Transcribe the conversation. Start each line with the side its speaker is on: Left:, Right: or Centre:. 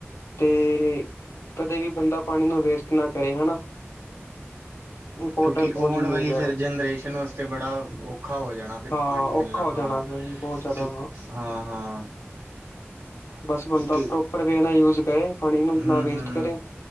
Left: ਤੇ ਕਦੇ ਵੀ ਬੰਦਾ ਪਾਣੀ ਨੂੰ ਵੇਸਟ ਘਰੇ ਹੋਨਾ ਇੰਪੋਰਟੈਂਸ
Right: ਕਿਉਂਕਿ
Left: ਬਹੁਤ
Right: ਆਉਣ
Left: ਜ਼ਰੂਰੀ
Right: ਵਾਲੀ
Left: ਹੈ
Right: ਫਿਰ ਜਨਰੇਸ਼ਨ ਵਸਤੇ ਤੇ ਬੜਾ ਔਖਾ ਹੋ ਜਾਣਾ ਫਿਰ
Left: ਹਾਂ
Right: ਪਾਣੀ ਮਿਲਣਾ
Left: ਔਖਾ ਹੋ
Right: ਹਾਂ
Left: ਜਾਣਾ ਫਿਰ ਬਹੁਤ ਜ਼ਿਆਦਾ
Right: ਕਿ ਹਾਂ ਹਾਂ
Left: ਬਸ ਬੰਦਾ
Right: ਕਿਉਂਕਿ
Left: ਪ੍ਰੋਪਰ ਵੇ ਨਾ ਯੂਜ ਕਰੇ ਪਾਣੀ ਨੂੰ
Right: ਹਮ
Left: ਨਾ ਵੇਸਟ
Right: ਹਮ
Left: ਕਰੇ